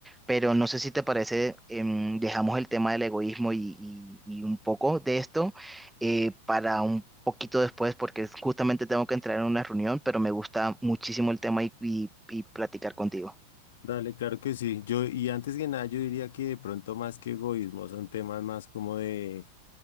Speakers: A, in the centre; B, on the left (about 60°).
A: pero no sé si te parece, em, dejamos el tema del egoísmo y, y- y un poco de esto eh, para un poquito después, porque justamente tengo que entrar en una reunión, pero me gusta muchísimo el tema y, y- y platicar contigo.
B: Dale, claro que sí. Yo, y antes que nada, yo diría que de pronto más que egoísmo, son temas más como de,